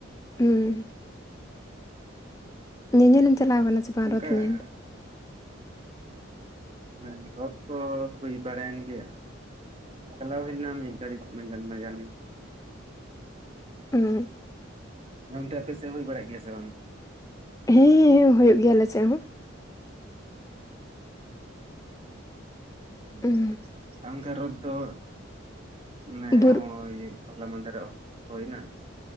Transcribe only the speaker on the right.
ᱚᱱᱠᱟ
ᱦᱮ
ᱦᱮᱸ ᱨᱚᱛ ᱠᱚ ᱦᱩᱭ ᱵᱟᱲᱟᱭᱮᱱ ᱜᱮᱭᱟ᱾ ᱪᱟᱞᱟᱣ ᱦᱩᱭ ᱞᱮᱱᱟ ᱢᱤᱫ ᱜᱷᱟᱲᱤᱡ ᱢᱟᱡᱟᱱ ᱢᱟᱡᱟᱱ᱾
ᱚᱱᱛᱮ ᱟᱯᱮ ᱥᱮᱫ ᱦᱩᱭ ᱵᱟᱲᱟᱜ ᱜᱮᱭᱟ ᱥᱮ ᱵᱟᱝ?
ᱟᱪᱪᱷᱟ ᱚᱱᱠᱟ ᱨᱚᱛ ᱫᱚ ᱢᱟᱱᱮ
ᱦᱚᱸᱜᱼᱚᱭ ᱦᱚᱞᱟ ᱢᱟᱫᱷᱮᱨᱚᱜ ᱦᱳᱭᱮᱱᱟ ᱾